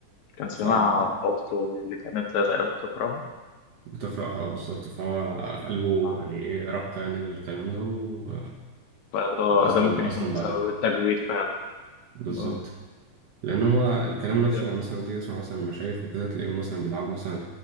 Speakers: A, on the left; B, on the right.
A: كان سمعها
B: فمن
A: أخته اللي كانت تقريبا بتقرأها
B: بتقرأها بالظبط فهو قلبه
A: اه
B: يعني إيه رق يعني للكلام ده و...
A: فا- آه،
B: وأسلم
A: ده ممكن
B: أسلم
A: يكون بسبب
B: بعدها
A: التجويد فعلا
B: بالظبط
A: اه
B: لان هو الكلام
A: جامد
B: نفسه يعني مثلا تيجي تسمع مثلا مشايخ وكده تلاقيهم مثلا بيلعبوا مثلا